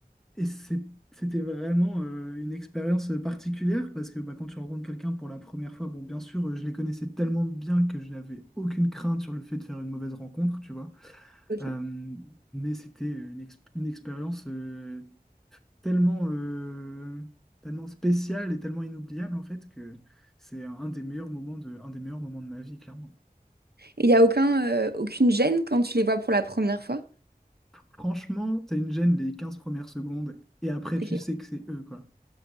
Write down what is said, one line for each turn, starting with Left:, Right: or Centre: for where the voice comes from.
Centre: et c'est- c'était vraiment euh, une expérience euh, particulière parce que bah, quand tu rencontres quelqu'un pour la première fois, bon, bien sûr, euh, je les connaissais tellement bien que je n'avais aucune crainte sur le fait de faire une mauvaise rencontre, tu vois.
Right: Ok.
Centre: Euh,
Right: Et
Centre: mais c'était une, ex- une expérience euh, tellement, euh, tellement spéciale et tellement inoubliable en fait que c'est un des meilleurs moments de, un des meilleurs moments de ma vie, clairement.
Right: il n'y a aucun, euh, aucune gêne quand tu les vois pour la première fois?
Centre: Franchement, t'as une gêne les 15 premières secondes et après, tu
Right: Ok.
Centre: sais que c'est eux, quoi.